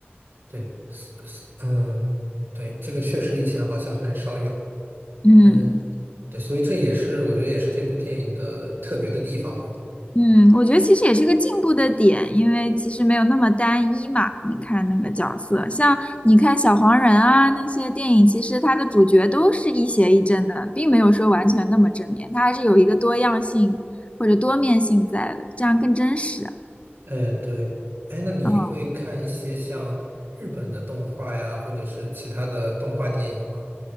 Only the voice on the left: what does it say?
嗯。
嗯，我觉得其实也是个进步的点，因为其实没有那么单一嘛。你看那个角色，像你看小黄人啊那些电影，其实它的主角都是一邪一正的，并没有说完全那么正面，它还是有一个多样性或者多面性在的，这样更真实。
嗯